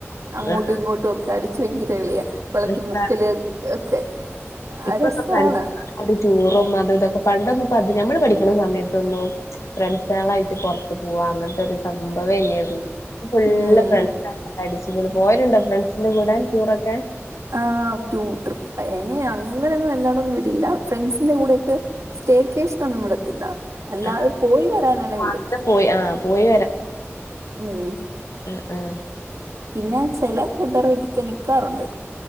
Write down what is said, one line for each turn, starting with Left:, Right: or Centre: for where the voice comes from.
Right: അങ്ങോട്ടും
Left: ആഹ്
Right: ഇങ്ങോട്ടും ഒക്കെ അടിച്ച് ഭയങ്കര കളിയാ. വെളത്തി
Left: രസാ
Right: മുക്കല് ഹ് ഒക്കെ.
Left: ഇപ്പൊക്കെ
Right: രസാണ്
Left: <unintelligible> ചോറൊന്നും അത് ഇതാക്ക പണ്ടൊന്ന് ഇപ്പ അത് ഞമ്മള് പഠിക്ക്ണ സമയത്തൊന്നു ഫ്രണ്ട്സളായിട്ട് പൊർത്ത് പോവാ അങ്ങൻത്തെ ഒരു സംഭവം ഇല്ലേ ന്ന് പ്പൊ ഫുള്ള്
Right: ഉം
Left: ഫ്രണ്ട്‌സെള് അടിച്ച്പൊളി പോവലുണ്ടോ ഫ്രണ്ട്സിന്റെ കൂടെ ടൂറൊക്കെ?
Right: ആഹ് ട്ടൂ ട്രിപ്പ് എന്നെ അങ്ങനെന്നും എല്ലാണ്ടൊന്നും വിടില്ല ഫ്രണ്ട്സിന്റെ കൂടെക്കെ സ്‌റ്റേക്കഷ്നൊന്നും വിടത്തില്ല. അല്ലാതെ
Left: ആഹ്
Right: പോയി വരാനാണെ വിടും
Left: അന്ന് പോയി ആഹ് പോയി
Right: ഉം.
Left: ഉം ഉം
Right: പിന്നെ ചെല കൂട്ടാറെ വീട്ടിപ്പോയി നിക്കാറുണ്ട്.